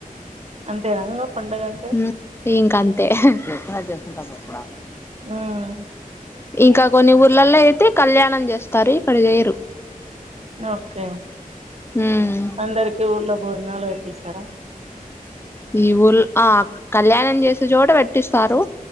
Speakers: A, on the right; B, on the left.
A: అంతెన ఇంగ పండగ అంటే
B: ఉమ్ ఇంక అంతే ఈ పక్కకు రా
A: ఉమ్
B: ఇంకా కొన్ని ఊర్లలో అయితే కళ్యాణం చేస్తారు ఇక్కడ చేయరు
A: ఓకే
B: ఉమ్
A: అందరికి ఊర్లో భోజనాలు పెట్టిస్తారా
B: ఈ ఊళ్ ఆ కళ్యాణం చేసే చోట పెట్టిస్తారు